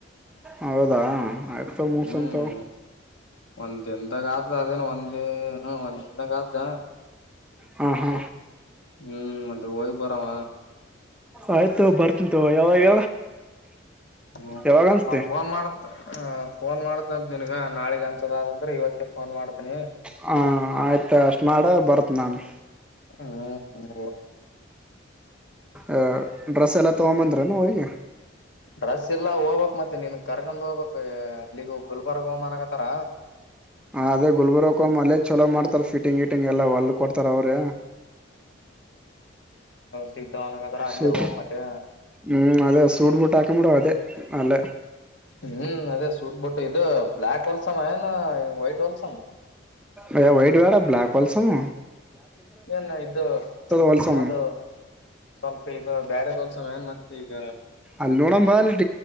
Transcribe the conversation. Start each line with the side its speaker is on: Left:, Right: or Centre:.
Centre: ಹೌದಾ ಆಯ್ತ ಮೂಸಂತ
Left: ಹ್ಮ್ ಒಂದ್ ದನ್ದಾಗ ಆದ ಅದೇನ್ ಒಂದ ಒಂದ್ ದನ್ದಾಗ ಆತ
Centre: ಹಾ ಹಾ
Left: ಹ್ಮ್ ಮದ ಹೋಗ್ ಬರಾವ
Centre: ಆಯ್ತು ಬರ್ತಂತವ ಯಾವಾಗ
Left: ಹ್ಮ
Centre: ಯಾವಾಗ ಅನ್ಸ್ತೆ
Left: ನಾವು ಫೋನ್ ಮಾಡತ್ ಫೋನ್ ಮಾಡ್ದ ಅಂತ ನಿನ್ಗ ನಾಳಗ್ ಅನ್ಸದ ಅ್ರೆ ಇವತ್ತೇ ಫೋನ್ ಮಾಡ್ತನಿ
Centre: ಹ ಆಯ್ತ ಅಷ್ಟ ನಾಡ ಬರ್ತ್ ನಾನ್ು
Left: ಹ್ಮ
Centre: ಅ ರಸಾಯಲ ತ ಆಮಂತ್ರ ನ ೋಗಗೆ
Left: ರಸ್ ಇಲ್ಲ ಹೋಗ್ಕ್ ಮತ್ತೆ ನೀನ್ ಕರ್ಕೊಂಡ ಹೋಗಬಕ್ ಇಲ್ಲಿಗೂ ಗುಲ್ಬರ್ಗ್ ಹೋಮನ್ಗತಾರ
Centre: ಹ ಅದೇ ಗುಲ್ಬುರ್ಕೊ ಅಲ್ಲೇ ಚಲೋ ಮಾಡ್ತಾರ ಫಿಟಿಂಗ್ ಇಟಿಂಗ್ ಎಲ್ಲ ಹೊಲ್ ಕೊಡ್ತಾರ ಅವ್ರೆ
Left: ಸಿಗ್ತಾವ ನಂಗರ ಅಲ್ಲೇ
Centre: ಸೂಟ್
Left: ಒ ಮತ್ತೆ
Centre: ಹ್ಮ್ ಅದೇ ಸೂಟ್ ಬೂಟ್ ಆಕಬಡೋ ಅದೇ ಅಲ್ಲ
Left: ಹ್ಮ್ ಅದೇ ಸೂಟ್ ಬುಟ್ಟು ಇದು ಬ್ಲಾಕ್ ವಲ್ಸಾಮಯನ ವೈಟ್ ವಲ್ಸಾಮ
Centre: ಅಯ ವೈಟ್ೇಡ ಬ್ಲಾಕ್ ಹೊಲ್ಸಾಮ
Left: ಏನ್ ಇದು
Centre: ಹೊಲ್ಸಮ್
Left: ಅದು ಸ್ವಲ್ಪ ಇದು ಬೇರೆದಲ್ ಸಮಯ ಮತ್ತೆ ಈಗ
Centre: ಅಲ್ಲೋಳಂಬಾಲ್